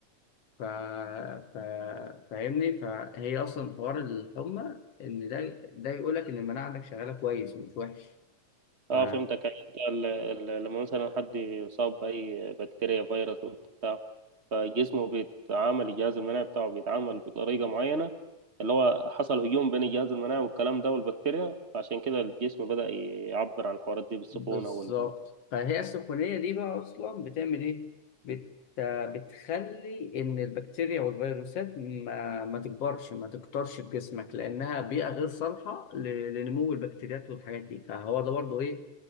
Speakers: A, on the left; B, on the right.
A: ف... ف... فاهمني فهي اصلا حوار الحمى ان ده ده يقول لك ان المناعه عندك شغاله كويس مش وحش
B: اه
A: ف
B: فهمتك يعني انت ال- ال- لما مثلا حد يصاب بأي بكتيريا فيروس وبتاع فجسمه بيتعامل الجهاز المناعي بتاعه بيتعامل بطريقة معينة اللي هو حصل هجوم بين الجهاز المناعي والكلام ده والبكتيريا فعشان كده الجسم بدأ يعبر عن الحوارات دي بالسخونة
A: بالظبط
B: وال
A: فهي السخونيه دي بقى اصلا بتعمل ايه بت... بتخلي ان البكتيريا والفيروسات ما ما تكبرش ما تكترش في جسمك لانها بيئه غير صالحه ل... لنمو البكتيريات والحاجات دي فهو ده برضه ايه